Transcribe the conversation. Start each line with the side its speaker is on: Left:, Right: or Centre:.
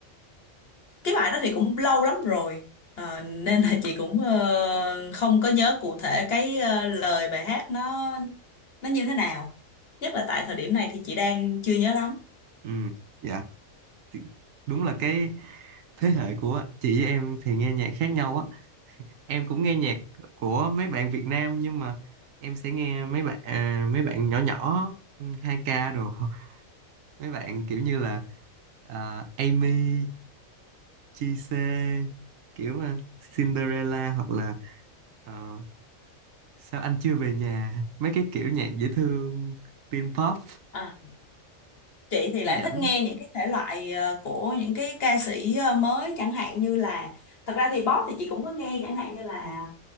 Left: cái bài đó thì cũng lâu lắm rồi Ờ, nên là chị cũng ờ, không có nhớ cụ thể cái ờ, lời bài hát nó nó như thế nào nhất là tại thời điểm này thì chị đang chưa nhớ lắm
Right: ừ, dạ thì đúng là cái thế hệ của chị với em thì nghe nhạc khác nhau á em cũng nghe nhạc của mấy bạn Việt Nam nhưng mà em sẽ nghe mấy bạn à, mấy bạn nhỏ nhỏ ừ, 2K đồ <laughs> mấy bạn kiểu như là à, Amy, JC kiểu à, Cinderella hoặc là ờ, sao anh chưa về nhà mấy cái kiểu nhạc dễ thương teen pop
Left: À, chị thì
Right: nhảnh
Left: lại thích nghe những cái thể loại ờ, của những cái ca sĩ ờ, mới chẳng hạn như là thật ra thì pop thì chị cũng có nghe chẳng hạn như là